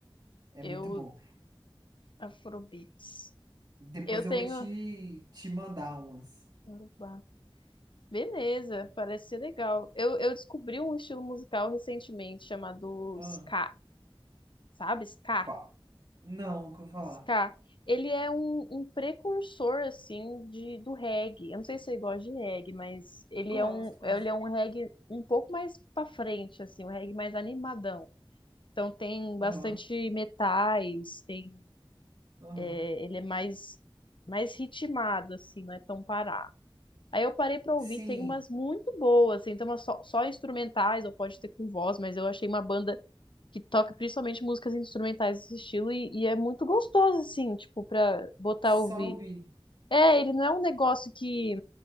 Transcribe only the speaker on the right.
é
muito bom.
Depois
eu vou te, te mandar umas.
Ah,
qual? Não, nunca vou falar.
Gosto,
gosto.
Aham,
aham.
Sim,
só
ouvi.